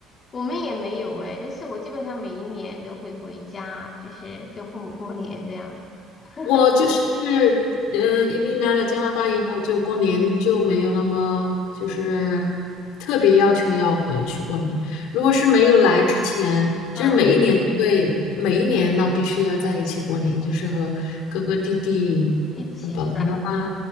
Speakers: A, on the left; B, on the left.
A: 我们也没有哎，但是我基本上每一年都会回家，就是跟父母过年这样子，<laughs>
B: 我就是呃，移民来了加拿大以后，就过年就没有那么就是特别要求要回去过年。如果是没有来之前，
A: 嗯，
B: 就是每一年都会，每一年呢必须要在一起过年，就是和哥哥弟弟、
A: 一起是吧？
B: 嗯爸爸妈妈，